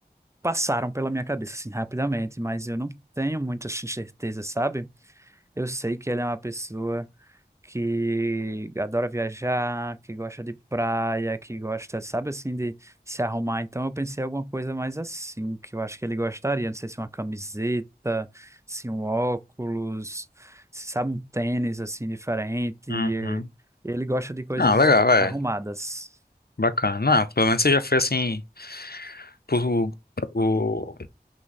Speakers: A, on the right; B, on the left.
A: passaram pela minha cabeça, assim, rapidamente, mas eu não tenho muita certeza, sabe? Eu sei que ele é uma pessoa que adora viajar, que gosta de praia, que gosta, sabe, assim, de se arrumar. Então eu pensei em alguma coisa mais assim, que eu acho que ele gostaria. Não sei se uma camiseta, se um óculos, se sabe, um tênis, assim, diferente.
B: Uhum.
A: Ele gosta de coisas
B: Ah, legal, é.
A: arrumadas.
B: Bacana. Não, pelo menos você já foi assim. Por, o...